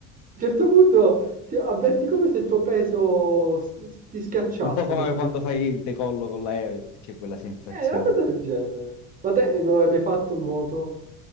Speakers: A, on the right; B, on the left.
A: un certo punto ti avverti come se il tuo peso s- s- ti schiacciasse
B: Un po' come
A: proprio
B: quando
A: per te.
B: fai il decollo con l'aereo, che c'è quella sensazione.
A: È una cosa del genere. Ma te eh, non hai mai fatto nuoto?